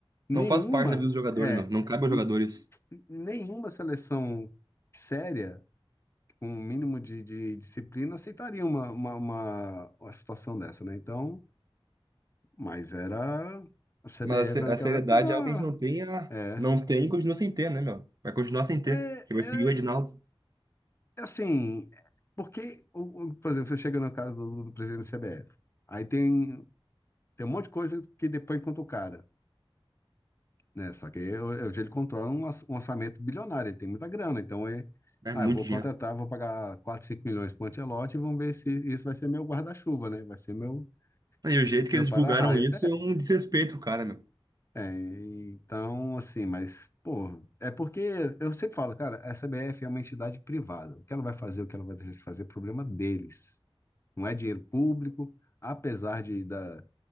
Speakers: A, on the left; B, on the right.
A: nenhuma,
B: não faz parte da vida do jogador,
A: é,
B: né, meu? Não cabe aos
A: n-
B: jogadores.
A: n- nenhuma seleção séria, com um mínimo de, de disciplina, aceitaria uma, uma, uma, uma situação dessa, né? Então, mas era, a CBF
B: Mas a se-
A: naquela
B: a seriedade
A: época era,
B: é algo que a gente não tem, a...
A: é,
B: não tem e continua sem ter, né, meu? Vai continuar sem ter.
A: é,
B: Porque vai
A: é
B: seguir o Edinaldo.
A: é assim, porque, o- o- por exemplo, você chega no caso do, do presidente da CBF, aí tem Tem um monte de coisa que depois conta o cara, né? Só que eu- eu- hoje ele controla um, orç- um orçamento bilionário, ele tem muita grana, então ele,
B: É
A: ah,
B: muito
A: eu vou
B: dinheiro.
A: contratar, vou pagar 4 5 milhões para o Ancelotti e vamos ver se isso vai ser meu guarda-chuva, né? Vai ser meu,
B: E o jeito
A: meu
B: que eles
A: para-raio.
B: divulgaram isso é um desrespeito, cara, meu.
A: É, é, então, assim, mas, pô, é porque eu sempre falo, cara, a CBF é uma entidade privada, o que ela vai fazer, o que ela vai deixar de fazer é problema deles, não é dinheiro público, apesar de, da,